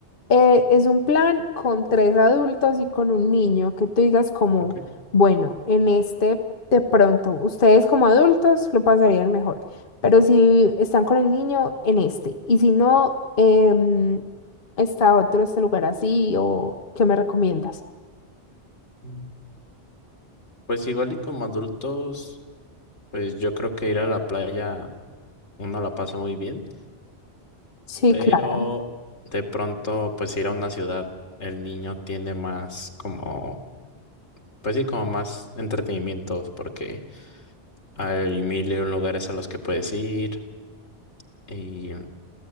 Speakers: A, on the left; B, on the left.
A: eh, es un plan con tres adultos y con un niño que tú digas como,
B: Ok.
A: bueno, en este de pronto, ustedes como adultos lo pasarían mejor, pero si están con el niño, en este, y si no, em, está otro, este lugar así, o ¿qué me recomiendas?
B: Mm. Pues igual y como adultos, pues yo creo que ir a la playa uno la pasa muy bien,
A: Sí,
B: pero
A: claro.
B: de pronto pues ir a una ciudad, el niño tiene más como, pues sí, como más entretenimientos porque hay mil y un lugares a los que puedes ir y